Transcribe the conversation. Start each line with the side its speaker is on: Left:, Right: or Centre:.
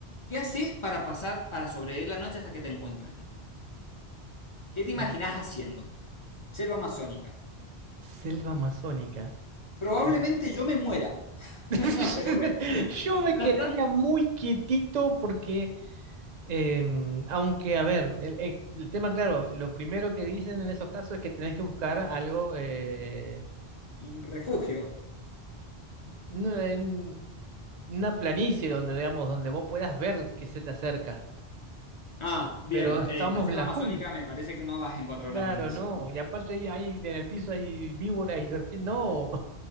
Left: ¿Qué haces para pasar, para sobrevivir la noche hasta que te encuentren? ¿Qué te imaginás
Right: Eh,
Left: haciendo? Selva amazónica.
Right: Selva amazónica.
Left: Probablemente
Right: Sí.
Left: yo me muera, <laughs>
Right: <laughs>
Left: pero bueno,
Right: Yo me
Left: trata
Right: quedaría muy quietito porque Em, aunque, a ver, el, el- el tema, claro, lo primero que dicen en esos casos es que tenés que buscar algo, eh,
Left: un refugio.
Right: no, en una planicie donde, digamos, donde vos puedas ver que se te acerca.
Left: Ah, bien.
Right: Pero estamos
Left: Eh, en la selva
Right: en la
Left: amazónica
Right: jungla,
Left: me parece que no vas a encontrar
Right: claro,
Left: una planicie.
Right: no.
Left: ¿eh?
Right: Y aparte ahí, ahí en el piso hay víboras y serpientes. No,